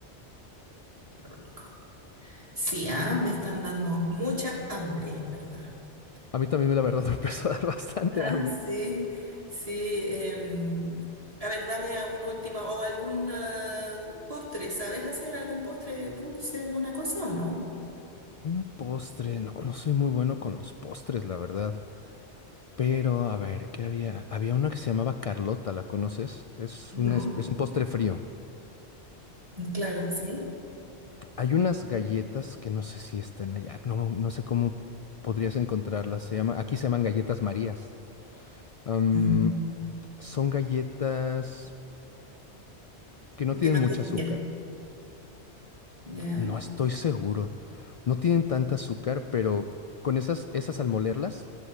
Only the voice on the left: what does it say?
A mí también, la
verdad,
<laughs> me empezó a dar bastante
hambre.
Un postre. No, no soy muy bueno con los postres, la verdad. Pero, a ver, ¿qué había? Había una que se llamaba Carlota, ¿la conoces? Es
un, es es un postre frío.
Hay unas galletas que no sé si están allá, no, no sé cómo podrías encontrarlas. Se llama, aquí se llaman galletas Marías. Am,
son galletas que no
tienen
mucho azúcar.
No estoy seguro. No tienen tanta azúcar, pero con esas, esas al molerlas,